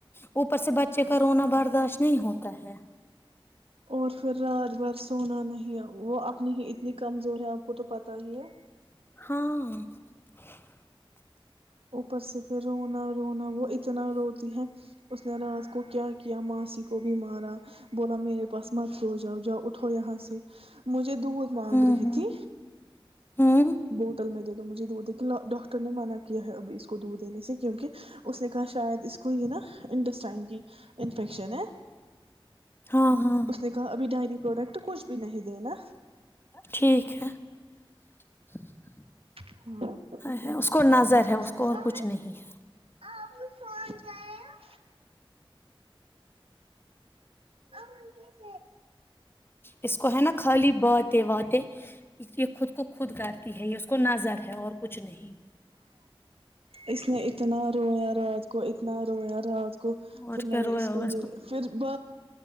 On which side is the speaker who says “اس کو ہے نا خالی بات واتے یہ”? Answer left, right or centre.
Left